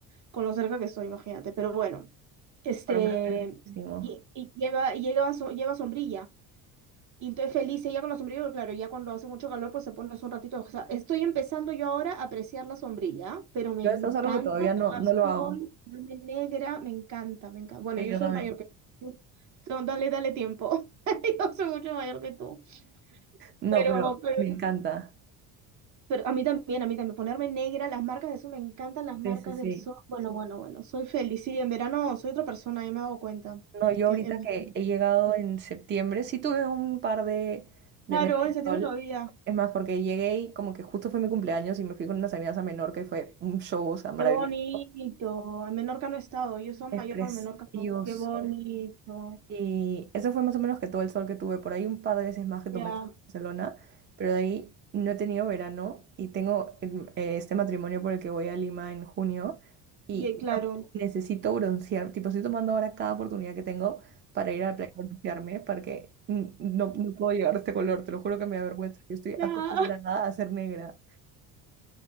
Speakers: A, on the right; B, on the right.
A: con lo cerca que estoy, imagínate, pero bueno, este,
B: Bueno, pero es riquísimo.
A: y, y lleva, y lleva, so- lleva sombrilla, y entonces feliz ella con la sombrilla, pero claro, ya cuando hace mucho calor, pues se pone eso un ratito, o sea, estoy empezando yo ahora a apreciar la sombrilla, pero me
B: Yo
A: encanta
B: eso es algo que todavía no,
A: tomar
B: no lo
A: sol,
B: hago.
A: ponerme negra, me encanta, me encanta, bueno,
B: Sí,
A: yo
B: yo
A: soy
B: también.
A: mayor que tú, <laughs> dale, dale tiempo, <laughs> yo soy mucho mayor que tú.
B: No,
A: Pero,
B: pero
A: pero,
B: me encanta.
A: Pero a mí también, a mí también, ponerme negra, las marcas de eso me encantan las marcas
B: Sí, sí, sí.
A: del sol. Bueno, bueno, bueno, soy feliz. Sí, en verano soy otra persona, yo me hago cuenta.
B: No, yo
A: Que
B: ahorita
A: en...
B: que he llegado en septiembre, sí tuve un par de, de
A: Claro,
B: meses de
A: en septiembre
B: sol.
A: todavía.
B: Es más, porque llegué y como que justo fue mi cumpleaños y me fui con unas amigas a Menorca y fue un show, o sea, maravilloso.
A: Qué bonito. En Menorca no he estado, yo soy
B: Es
A: en Mallorca,
B: precioso.
A: en Menorca no. Qué bonito.
B: Y eso fue más o menos que todo el sol que tuve. Por ahí un par de veces más que tomé
A: Ya,
B: sol en Barcelona, pero de ahí no he tenido verano y tengo el- eh, este matrimonio por el que voy a Lima en junio y
A: y eh, claro.
B: no- necesito broncear. Tipo, estoy tomando ahora cada oportunidad que tengo para ir a la playa a broncearme porque n- no, no puedo llegar a este color. Te lo juro que me da vergüenza. Yo estoy
A: Ya.
B: acostumbrada
A: <laughs>
B: a ser negra.